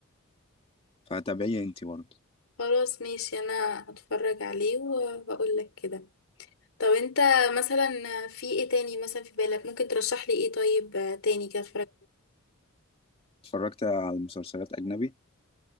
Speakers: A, on the left; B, on the left.
A: فتابعيه انت برضه
B: خلاص ماشي انا هتفرج عليه وهقول لك كده طب انت مثلا في ايه تاني مثلا في بالك ممكن ترشح لي ايه طيب آه، تاني كده اتفرج
A: اتفرجت على مسلسلات أجنبي